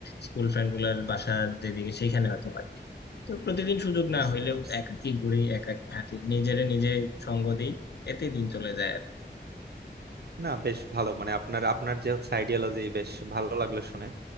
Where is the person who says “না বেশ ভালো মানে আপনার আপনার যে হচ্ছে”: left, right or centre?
Right